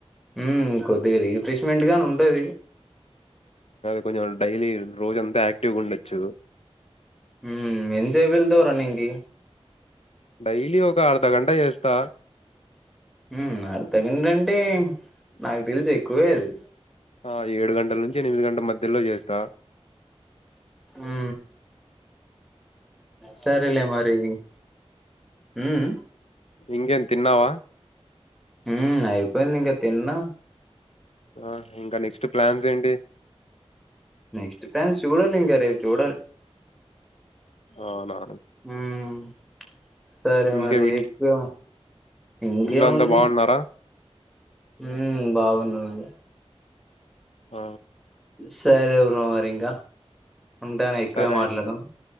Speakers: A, in the centre; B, on the left.
A: ఉ కొద్దిగా రీఫ్రెష్మెంట్ గాని ఉంటది,
B: కొంచం డైలీ రోజు అంతా ఆక్టీవ్గా ఉండొచ్చు.
A: ఉ ఎంతసేపు వెళ్తావ్ రన్నింగ్ కి
B: డైలీ ఒక అర్ధ గంట చేస్తా
A: ఊ అర్థగంటంటే నాకు తెలుసు ఎక్కువే అది
B: ఆ ఏడు గంటల నుంచి ఎనిమిది గంటల మధ్యలో చేస్తా.
A: ఊ సరేలే మరి ఉమ్
B: ఇంకేంటి తిన్నావా
A: ఉ అయిపోయింది ఇంకా తిన్నా
B: ఆ ఇంకా నెక్స్ట్ ప్లాన్స్ ఏంటి
A: నెక్స్ట్ కాల్స్ చూడాలి ఇంకా రేపు చూడాలి
B: అవునా
A: ఉమ్ సరే
B: ఇంకేం
A: మరి
B: ఇన్-
A: ఎక్కువ ఇంకేముంది
B: ఇంట్లో అంతా బాగున్నారా
A: ఊ బాగున్నాదిగ
B: ఆ
A: సరే బ్రో మరి ఇంకా ఉంటానే ఎక్కువే
B: సరే
A: మాట్లాడినం.
B: అయితే